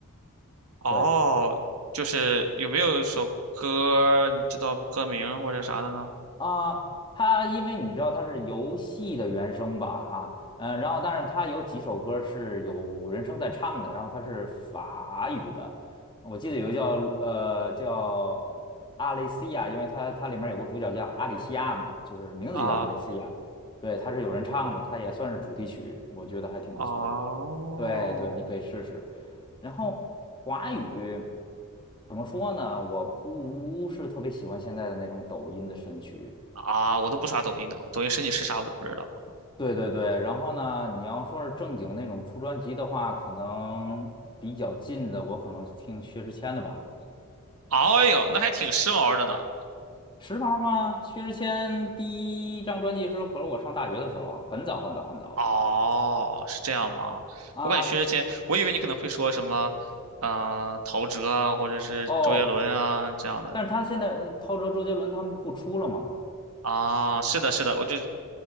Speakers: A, on the right; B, on the left.
A: 哦，
B: 对
A: 就是有没有首歌你知道歌名或者啥的呢？
B: 啊，它因为你知道它是游戏的原声吧，哈，嗯，然后但是它有几首歌是有人声在唱的，然后它是法语的，我记得有个叫呃叫阿雷西亚，因为它它里面有个主角叫阿里西亚嘛，就是名字就叫阿雷西亚，
A: 啊
B: 对，它是有人唱的，它也算是主题曲，我觉得还挺不错。
A: 哦
B: 对对，你可以试试。然后华语怎么说呢？我不是特别喜欢现在的那种抖音的神曲。
A: 啊，我都不刷抖音的，抖音神请是啥我都不知道。
B: 对对对，然后呢，你要说是正经那种出专辑的话，可能比较近的，我可能听薛之谦的吧。
A: 哎呦，那还挺时髦的呢。
B: 时髦吗？薛之谦第一张专辑是可是我上大学的时候，很早很早很早了
A: 哦，是这样吗？
B: 啊。
A: 我感觉薛之谦，我以为你可能会说什么，嗯、陶喆啊，或者是周杰伦啊这样的。
B: 哦，但是他现在呃陶喆、周杰伦他们不出了吗？
A: 啊，是的，是的，我就，